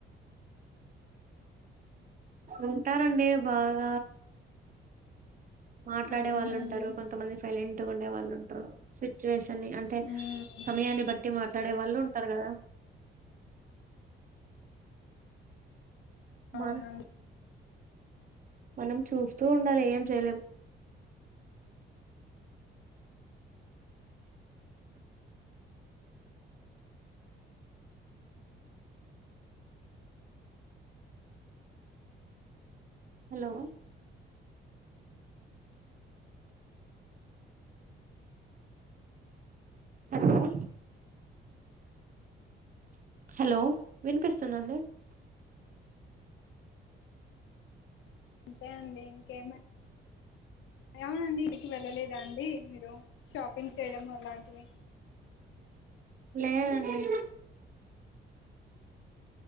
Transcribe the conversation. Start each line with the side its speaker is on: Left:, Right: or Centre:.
Right: ఉంటారండి బాగ మాట్లాడే
Left: అవునండి
Right: వాళ్ళు ఉంటారు కొంతమంది ఫెల్ట్ ఉండే వాళ్ళు ఉంటారు సిచ్యువేషన్ని అంటే
Left: ఉమ్
Right: సమయాన్ని బట్టి మాట్లాడే వాళ్ళు ఉంటారు కదా
Left: అవునండి
Right: మ మనం చూస్తూ ఉండాలి ఏం చేయలేం హలో హలో హలో వినిపిస్తుందండి.
Left: అంతే అండి ఇంకే <unintelligible> అవునండి ఇంటికి వెళ్ళలేదా అండి మీరు షాపింగ్ చేయడం అలాంటివి
Right: లేదండి